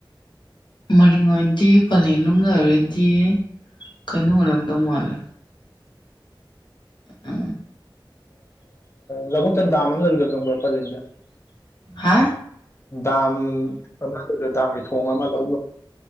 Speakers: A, on the left; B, on the left.
A: ꯃꯔꯤꯡ ꯑꯣꯏꯔꯗꯤ ꯄꯂꯦꯟ ꯅꯨꯡ ꯑꯣꯏꯔꯗꯤ ꯀꯩꯅꯣ ꯑꯣꯏꯔꯝꯗꯧ ꯃꯥꯜꯂꯦ ꯑ
B: ꯂ ꯈꯤꯇꯪ ꯗꯥꯝ ꯑꯃ ꯂꯩꯕꯗꯣ ꯈꯪꯕ꯭ꯔꯥ ꯄꯂꯦꯟꯁꯦ
A: ꯍꯥ
B: ꯗꯥꯝ ꯂꯩꯕꯗ ꯗꯥꯝꯒꯤ ꯊꯣꯡ ꯑꯃ ꯂ